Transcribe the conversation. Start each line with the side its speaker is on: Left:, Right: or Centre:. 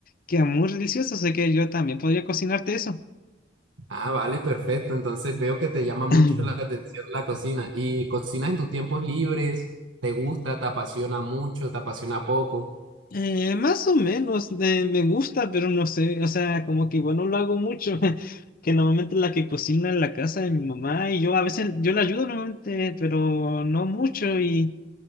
Left: queda muy delicioso, así que yo también podría cocinarte eso.
Right: Ah, vale, perfecto. Entonces veo que te llama mucho
Left: <clears throat>
Right: la atención la cocina. ¿Y cocinas en tus tiempos libres? ¿Te gusta? ¿Te apasiona mucho? ¿Te apasiona poco?
Left: Eh, más o menos, eh, me gusta, pero no sé, o sea, como que igual no lo hago mucho, <laughs> que normalmente la que cocina en la casa de mi mamá y yo a veces, yo la ayudo normalmente, pero no mucho y,